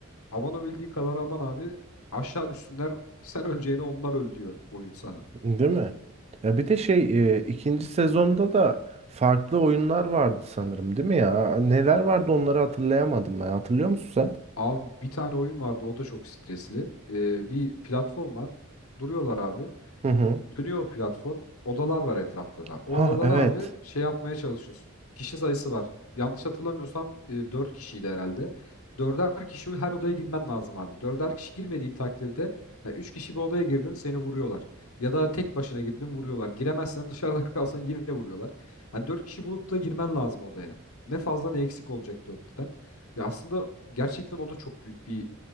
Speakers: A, on the left (about 85°); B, on the right (about 30°).
A: aban o bildiğin kadar aban abi aşağı düşsünler sen öleceğine onlar öl diyor oyun sana.
B: Değil mi? Ya bir de şey e, ikinci sezonda da farklı oyunlar vardı sanırım değil mi ya? Neler vardı onları hatırlayamadım ben. Hatırlıyor musun sen?
A: Abi bir tane oyun vardı o da çok stresli. Ee, bir platform var duruyorlar abi
B: Hı hı.
A: Dönüyor o platform. Odalar var etrafta da. O
B: Ha
A: odalara
B: evet.
A: abi şey yapmaya çalışıyorsun. Kişi sayısı var. Yanlış hatırlamıyorsam e, 4 kişiydi herhalde. Dörder kişi her odaya girmen lazım abi. Dörder kişi girmediğin takdirde ya üç kişi bir odaya girdin seni vuruyorlar. Ya da tek başına girdin vuruyorlar. Giremezsen dışarıda <laughs> kalsan yine vuruyorlar. Hani dört kişi bulup da girmen lazım odaya. Ne fazla ne eksik olacak dörtten. Ya aslında gerçekten o da çok büyük bir